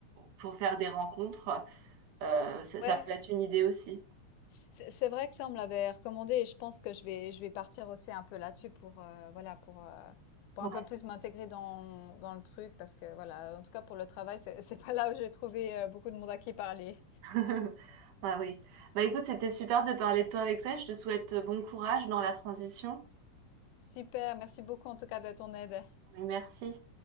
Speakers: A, on the right; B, on the left.
A: pour faire des rencontres. Euh, ça,
B: ouais
A: ça peut être une idée aussi.
B: C'est c'est vrai que ça, on me l'avait recommandé et je pense que je vais je vais partir aussi un peu là-dessus pour, heu, voilà, pour, heu, pour
A: Ouais.
B: un peu plus m'intégrer dans dans le truc parce que voilà, en tout cas pour le travail, c'est <laughs> c'est pas là où j'ai trouvé, heu, beaucoup de monde à qui parler.
A: <laughs> Ah oui. Bah écoute, c'était super de parler de toi avec ça. Je te souhaite euh, bon courage dans la transition.
B: Super, merci beaucoup en tout cas de ton aide.
A: Merci.